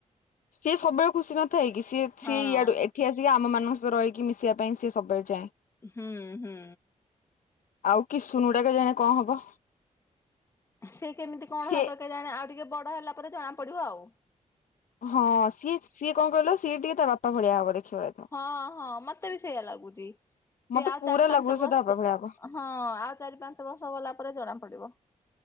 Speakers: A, on the left; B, on the left.
A: ସିଏ ସବୁବେଳେ ଖୁସି ନଥାଏ କି ସିଏ
B: ହଁ।
A: ସିଏ ଇଆଡୁ ଏ ଏଠି ଆସିକି ଆମମାନଙ୍କ ସହ ରହିକି ମିଶିବା ପାଇଁ ସିଏ ସବୁବେଳେ ଚାଏ।
B: ହୁଁ ହୁଁ।
A: ଆଉ କିସୁନୁ ଡା କେଜାଣେ କଣ ହବ।
B: ସେ କେମିତି କଣ
A: ସିଏ
B: ହେବ କେଜାଣି ଆଉ ଟିକେ ବଡ ହେଲା ପରେ ଜଣା ପଡିବ ଆଉ।
A: ହଁ ସିଏ ସିଏ କଣ କହିଲ ସିଏ ଟିକେ ତା ବାପା ଭଳିଆ ହବ ଦେଖିବ ରହିଥା।
B: ହଁ ହଁ ମତେ ବି ସେଇଆ ଲାଗୁଛି ସିଏ
A: ମତେ
B: ଆଉ
A: ପୁରା
B: ଚାରି ପାଞ୍ଚ
A: ଲାଗୁଛି
B: ବର୍ଷ
A: ସେ ତା ବାପା ଭଳିଆ ହବ।
B: ହଁ ଆଉ ଚାରି ପାଞ୍ଚ ବର୍ଷ ଗଲା ପରେ ଜଣା ପଡିବ।